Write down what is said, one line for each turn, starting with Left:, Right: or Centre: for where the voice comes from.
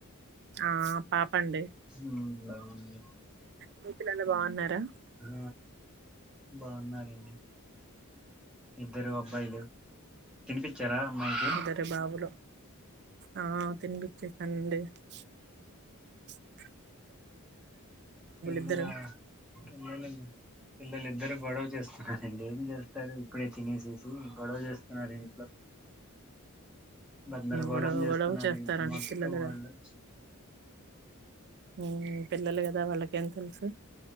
Right: ఆ పాప అండి
Centre: మ్మ్ బాగుంది
Right: మీ పిల్లలు బాగున్నారా
Centre: ఆ బాగున్నారండి. ఇద్దరు అబ్బాయిలు తినిపిచ్చారా అమ్మాయికి
Right: ఇద్దరు బాబులు ఆ తిని పించేస్ అండి చు చ్.
Centre: పిల్లల
Right: ఇద్దరు
Centre: పిల్లలు పిల్లలు ఇద్దరు గొడవ చేస్తున్నారండి. జెస్ తారు ఇప్పుడే తినేసేసి గొడవ చేస్తున్నారు ఇంట్లో గందరగోళం
Right: గొడవ
Centre: చేస్తున్నారు
Right: గొడవ చేస్తారండి
Centre: ఇంట్లో మొత్తం
Right: పిల్లలు
Centre: వాళ్ళు.
Right: హ్మ్ పిల్లలు కదా వాళ్ళ ఏం తెలుసు